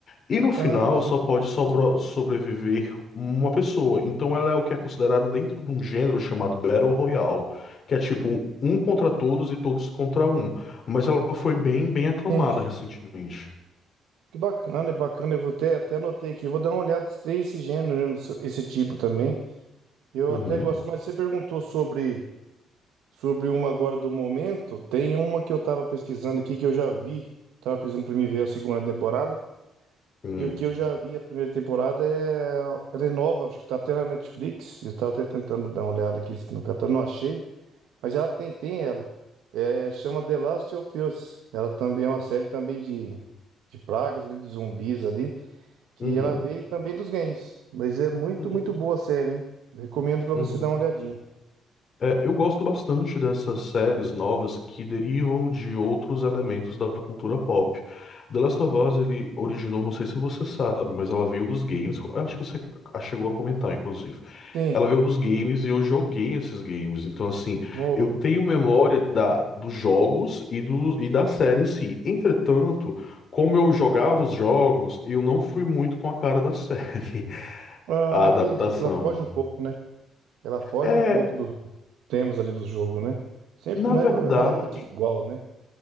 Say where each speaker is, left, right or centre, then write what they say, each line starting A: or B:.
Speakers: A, on the left (about 45°); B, on the right (about 85°).
A: E no final
B: Ah, sim.
A: só pode sobro- sobreviver uma pessoa. Então ela é o que é considerada dentro de um gênero chamado Battle Royale, que é tipo um um contra todos e todos contra um. Mas ela foi bem, bem aclamada
B: Entendi.
A: recentemente.
B: Que bacana, é bacana. Eu vou ter, até anotei aqui. Vou dar uma olhada se tem esse gênero mesmo, se- esse tipo também. Eu
A: Uhum.
B: até gosto, mas você perguntou sobre, sobre uma agora do momento. Tem uma que eu tava pesquisando aqui que eu já vi. Tava pesquisando pra mim ver a segunda temporada.
A: Uhum.
B: E o que eu já vi a primeira temporada é. Ela é nova, acho que tá até na Netflix. Eu tava até tentando dar uma olhada aqui no catálogo, não achei. Mas ela tem, tem ela. É, chama The Last of Us. Ela também é uma série também de, de pragas, ali, de zumbis ali que
A: Uhum.
B: ela veio também dos games. Mas é muito,
A: Uhum.
B: muito boa a série, hein? Recomendo pra
A: Uhum.
B: você dar uma olhadinha.
A: É, eu gosto bastante dessas séries novas que derivam de outros elementos da cultura pop. The Last of Us, ele originou, não sei se você sabe, mas ela veio dos games. Eu acho que você a- chegou a comentar, inclusive.
B: Sim.
A: Ela veio dos games e eu joguei esses games. Então, assim,
B: no-
A: eu tenho memória da, dos jogos e, do, e da série em si. Entretanto, como eu jogava os jogos, eu não fui muito com a cara da série, <laughs>
B: Ah,
A: a adaptação.
B: entendi. Ela foge um pouco, né? Ela foge
A: É,
B: um pouco dos temas ali do jogo, né? Sempre,
A: na
B: né?
A: verdade.
B: Raramente igual, né?